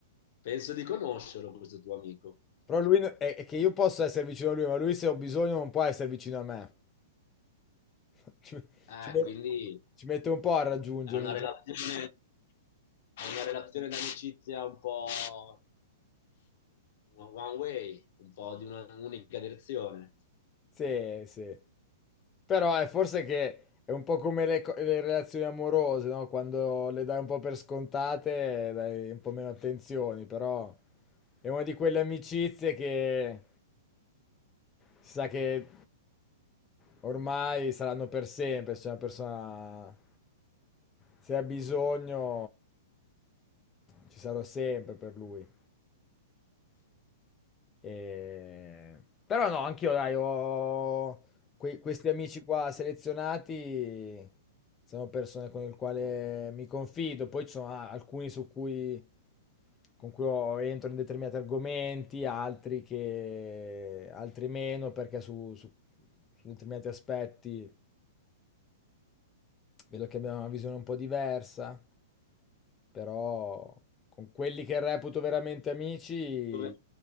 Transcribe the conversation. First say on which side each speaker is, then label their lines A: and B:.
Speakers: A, on the left (about 55°); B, on the left (about 20°).
A: Penso di conoscerlo questo tuo amico.
B: Però lui no, è, è che io posso essere vicino a lui, ma lui se ho bisogno non può essere vicino a me. <laughs> Ci,
A: Ah,
B: ci met-
A: quindi
B: ci mette un po' a raggiungere.
A: è una relazione, è una relazione d'amicizia un po' one one way, un po' di una- un'unica direzione.
B: Sì, sì. Però è forse che è un po' come le, co- le relazioni amorose, no? Quando le dai un po' per scontate, dai un po' meno attenzioni, però è una di quelle amicizie che si sa che ormai saranno per sempre, se una persona se ha bisogno ci sarò sempre per lui. E- Però no, anch'io, dai, ho que- questi amici qua selezionati, sono persone con le quali mi confido, poi ci sono ah, alcuni su cui, con cui ho- entro in determinati argomenti, altri che, altri meno, perché su, su- su determinati aspetti vedo che abbiamo una visione un po' diversa, però con quelli che reputo veramente amici
A: Dove-